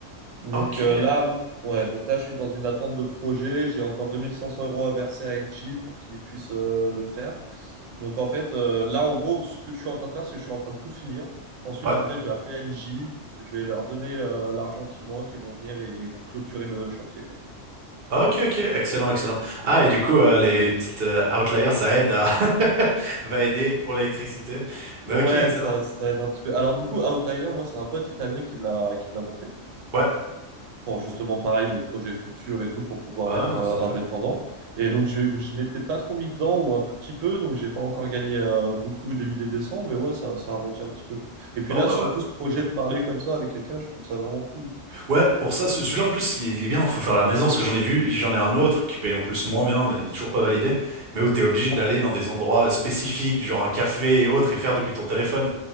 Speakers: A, on the right (about 85°); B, on the right (about 55°).
A: Donc
B: Ok.
A: euh, là, ouais, donc là, je suis dans une attente de projet. J'ai encore 2500 euros à verser à Engie pour qu'ils puissent euh, le faire. Donc en fait, euh, là, en gros, ce que je suis en train de faire, c'est que je suis en train de tout finir. Ensuite,
B: Ouais.
A: après, je vais appeler Engie. Je vais leur donner euh, l'argent qui manque. Ils vont venir et ils vont clôturer le chantier, quoi.
B: Ok, ok. Excellent, excellent. Ah, et du coup, euh, les, les petites euh, outliers, ça aide à, <laughs> va aider pour l'électricité. Mais
A: Ouais,
B: ok, excellent.
A: ça, ça aide un petit peu. Alors du coup, Outlier, moi, c'est un pote italien qui me l'a qui me l'a montré.
B: Ouais.
A: pour justement pareil mes projets futurs et tout pour pouvoir
B: Ah
A: être
B: non,
A: euh,
B: tout à
A: indépendant.
B: fait.
A: Et donc je, je m'étais pas trop mis dedans ou un tout petit peu, donc j'ai pas encore gagné euh, beaucoup des milliers de cents, mais ouais, ça, ça arrondit un petit peu. quoi. Et puis
B: Bah,
A: là,
B: en vrai,
A: surtout
B: ouais.
A: ce projet de parler comme ça avec quelqu'un, je trouve ça vraiment cool. Donc,
B: Ouais, pour ça, ce- celui-là en plus, il est bien, faut faire à la maison, parce que j'en ai vu, j'en ai un autre qui paye en plus moins bien, mais il est toujours pas validé, mais où t'es obligé d'aller
A: ah,
B: dans des endroits euh, spécifiques, du genre un café et autres, et faire depuis ton téléphone.